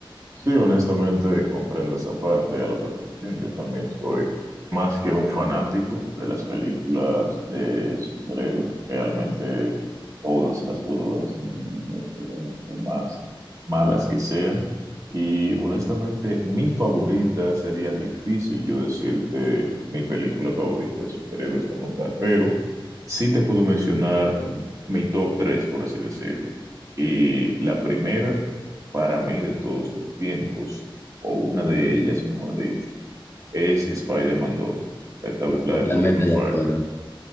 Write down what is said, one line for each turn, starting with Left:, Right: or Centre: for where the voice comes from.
Right: Sí, honestamente comprendo esa parte a la perfección. Yo también soy más que un fanático de las películas de superhéroes. Realmente todas las puedo ver sin ningún tipo de problema, por más malas que sean. Y honestamente, mi favorita sería difícil yo decirte mi película favorita de superhéroes como tal, pero sí te puedo mencionar mi top 3, por así decirlo. Y la primera para mí de todos los tiempos, o una de ellas, mejor dicho, es Spider-Man 2, la de, la
Left: Totalmente
Right: de Tobey Maguire.
Left: de acuerdo.